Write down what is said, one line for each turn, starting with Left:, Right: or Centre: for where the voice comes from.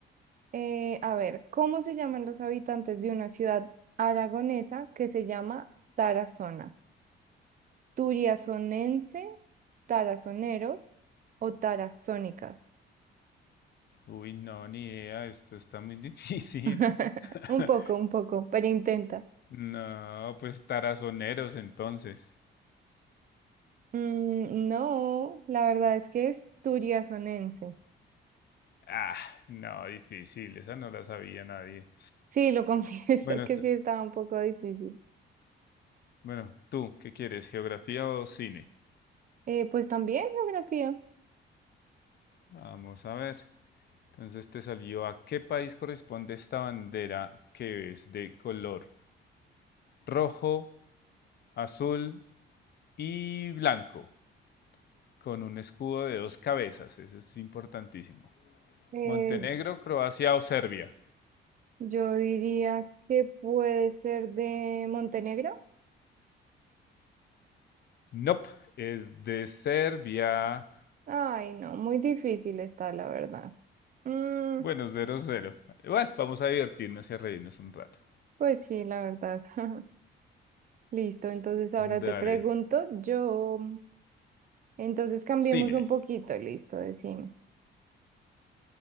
Right: Eh, a ver, ¿cómo se llaman los habitantes de una ciudad aragonesa que se llama Tarazona? ¿Turiazonense, tarazoneros o tarazónicas?
Left: Uy, no, ni idea. Esto está muy <laughs> difícil.
Right: <laughs>
Left: <laughs>
Right: Un poco, un poco, pero intenta.
Left: No, pues tarazoneros entonces.
Right: Mm, no, la verdad es que es turiazonense.
Left: Ah, no, difícil. Esa no la sabía nadie.
Right: Sí, lo <laughs> confieso
Left: Bueno,
Right: que
Left: t-
Right: sí estaba un poco difícil.
Left: Bueno, tú, ¿qué quieres? ¿Geografía o cine?
Right: Eh, pues también geografía.
Left: Vamos a ver. Entonces te salió a qué país corresponde esta bandera que es de color rojo, azul y blanco, con un escudo de dos cabezas. Eso es importantísimo.
Right: Eh,
Left: Montenegro, Croacia o Serbia.
Right: Yo diría que puede ser de Montenegro.
Left: Nope, es de Serbia.
Right: Ay, no, muy difícil está, la verdad. Mm,
Left: Bueno, cero cero. Bueno, vamos a divertirnos y a reírnos un rato.
Right: pues sí, la verdad. <laughs> Listo, entonces ahora
Left: Dale.
Right: te pregunto, yo, entonces cambiemos
Left: Cine.
Right: un poquito, listo, de cine.